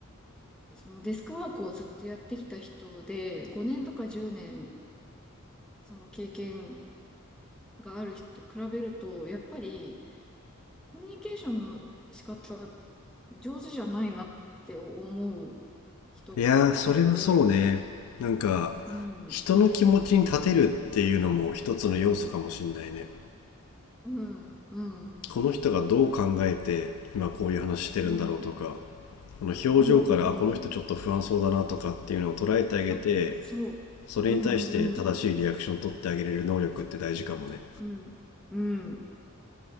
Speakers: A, in the centre; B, on the left.
A: そのデスクワークをずっとやってきた人で、5年とか10うねん年その経験がある人と比べると、やっぱりコミュニケーションの仕方上手じゃないなって思う人が結構多いか。
B: いやー、それはそうね。なんか、
A: うん。
B: 人の気持ちに立てるっていうのも一つの要素かもしんないね。
A: うん。うん。うん。
B: この人がどう考えて今こういう話してるんだろうとか、
A: うん。
B: この表情から、
A: うん。
B: あ、
A: うん。
B: この人ちょっと不安そうだなとかっていうのを捉えてあげて、
A: あ、そう。
B: それに対して正しいリアクションを取ってあげれる能力って大事かもね。
A: うんうんうん。うん。うん。